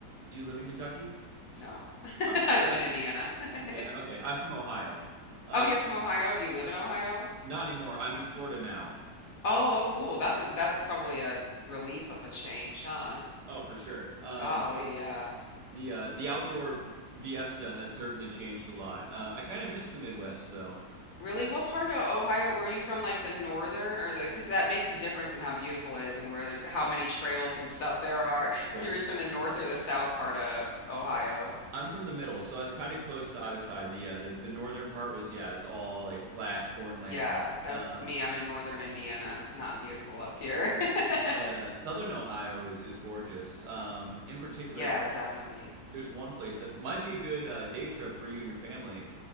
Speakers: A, on the right (about 75°); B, on the left (about 60°).
A: Do you live in Kentucky?
B: no. <laughs>
A: Uh,
B: I live in Indiana. <laughs>
A: Indiana. Okay. I'm from Ohio. Uh,
B: Oh, you're from Ohio? Do you live in Ohio?
A: not anymore. I'm in Florida now.
B: Oh, oh, cool.
A: Um,
B: That's a that's probably a relief of a change, huh?
A: Oh, for sure. Um,
B: Golly,
A: but
B: yeah.
A: the uh, the outdoor Fiesta has certainly changed a lot. Uh, I kind of miss the Midwest though.
B: Really? What part of Ohio were you from? Like the northern or the? Because that makes a difference in how beautiful it is and where there, how many trails and stuff there are. <laughs>
A: Yeah.
B: Were you were you from the north or the south part of Ohio?
A: I'm from the middle, so I was kind of close to either side. The uh, the the northern part was yeah, it's all like flat cornlands.
B: Yeah, that's
A: Uh,
B: me. I'm in northern Indiana. It's not beautiful up here. <laughs>
A: but uh, southern Ohio is is gorgeous. Um, in particular,
B: Yeah, definitely.
A: there's one place that might be a good uh, day trip for you and your family.